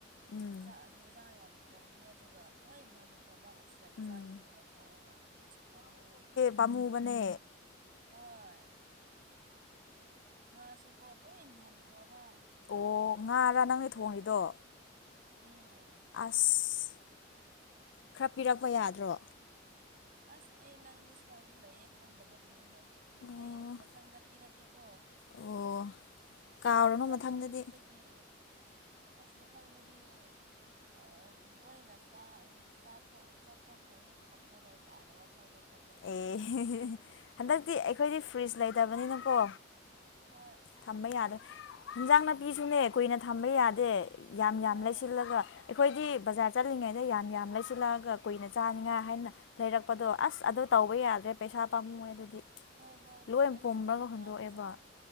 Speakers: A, on the left (about 65°); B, on the right (about 45°).
A: ꯎꯝ
B: ꯆꯥꯛ ꯍꯦꯟꯖꯥꯡ ꯌꯥꯝ ꯊꯣꯡꯕꯅꯦ ꯑꯗꯨꯒ ꯂꯣꯏ ꯅꯝꯈ꯭ꯔꯕ ꯑꯁ ꯌꯥꯝ
A: ꯎꯝ
B: ꯆꯥꯅꯤꯡꯉꯒ ꯊꯣꯡꯉꯒ ꯄꯥꯝꯃꯨ
A: ꯄꯝꯃꯨꯕꯅꯦ
B: ꯍꯣꯏ ꯉꯥꯁꯨꯀꯣ ꯂꯣꯏꯟ ꯊꯝꯈ꯭ꯔꯕ
A: ꯑꯣ
B: ꯑꯗꯨꯒꯤ ꯑꯁ
A: ꯉꯥꯔ
B: ꯂꯣꯏꯅ
A: ꯅꯪꯅ
B: ꯍꯨꯟꯗꯣꯛꯈ꯭ꯔꯦ
A: ꯊꯣꯡꯉꯤꯗꯣ
B: ꯎꯝ
A: ꯑꯁ ꯈꯔ ꯄꯤꯔꯛꯄ ꯌꯥꯗ꯭ꯔꯣ
B: ꯑꯁ ꯑꯩ ꯅꯪꯗꯤ ꯁ꯭ꯋꯥꯏꯗ ꯂꯩꯌꯦ ꯈꯪꯗꯕꯒꯤꯅꯤꯍꯦ
A: ꯑꯣ
B: ꯑꯩ ꯃꯊꯪꯗ ꯄꯤꯔꯛꯀꯦꯀꯣ
A: ꯑꯣ ꯀꯥꯎꯔꯅꯨ
B: ꯑꯩꯗꯣ ꯑꯗꯨ
A: ꯃꯊꯪꯗꯗꯤ
B: ꯅꯨꯃꯤꯠꯇꯒꯤ ꯑꯁ ꯃꯊꯪꯗꯗꯤ ꯑꯥ ꯂꯣꯏꯅ ꯆꯥ ꯑꯪ ꯆꯊꯣꯛ ꯆꯥꯊꯣꯛꯈ꯭ꯔꯅꯤ ꯊꯝꯃꯔꯣꯏ ꯀꯥꯏꯅ ꯋꯥꯈꯜ ꯑꯗꯨꯗ ꯈꯜꯂꯦ ꯑꯗꯨ
A: ꯑꯦ
B: ꯅꯨꯃꯤꯠꯇꯨ
A: ꯍꯟꯗꯛꯇꯤ ꯑꯩꯈꯣꯏꯗꯤ ꯐ꯭ꯔꯤꯖ ꯂꯩꯇꯕꯅꯤꯅꯀꯣ
B: ꯍꯣꯏ
A: ꯊꯝꯕ
B: ꯑꯩꯁꯨ
A: ꯌꯥꯗꯦ
B: ꯂꯩꯇꯦ
A: ꯏꯟꯖꯥꯡ ꯅꯥꯄꯤꯁꯨꯅꯦ ꯀꯨꯏꯅ ꯊꯝꯕ ꯌꯥꯗꯦ ꯌꯥꯝ ꯌꯥꯝ
B: ꯍꯣꯏ
A: ꯂꯩꯁꯤꯜꯂꯒ ꯑꯩꯈꯣꯏꯗꯤ ꯕꯖꯥꯔ ꯆꯠꯂꯤꯉꯩꯗ ꯌꯥꯝ ꯌꯥꯝ ꯂꯩꯁꯤꯜꯂꯛꯑꯒ ꯀꯨꯏꯅ ꯆꯥꯅꯤꯡꯉꯥꯏ ꯍꯥꯏꯅ ꯂꯩꯔꯛꯄꯗꯣ ꯑꯁ ꯑꯠ ꯇꯧꯕ ꯌꯥꯗ꯭ꯔꯦ ꯄꯩꯁꯥ ꯄꯥꯝꯃꯣꯏ ꯑꯗꯨꯗꯤ
B: ꯍꯣꯏ ꯍꯣꯏ
A: ꯂꯣꯏ
B: ꯍꯣꯏ ꯑꯩꯁꯨꯅꯦ
A: ꯄꯨꯝꯔꯒ
B: ꯅꯍꯥꯟ
A: ꯍꯨꯟꯗꯣꯛꯑꯦꯕ
B: ꯕꯖꯥꯔ